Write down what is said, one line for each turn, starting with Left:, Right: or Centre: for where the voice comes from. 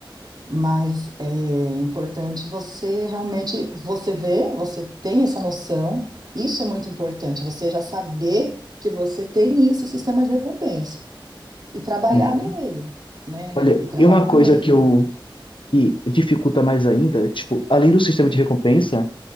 Right: Mas é importante você realmente, você vê, você tem essa noção, isso é muito importante, você já saber que você tem isso, esse sistema de recompensa e trabalhar
Left: Uhum.
Right: nele, né?
Left: Olha,
Right: E trabalhar
Left: e uma coisa
Right: nele.
Left: que eu que dificulta mais ainda, tipo, além do sistema de recompensa,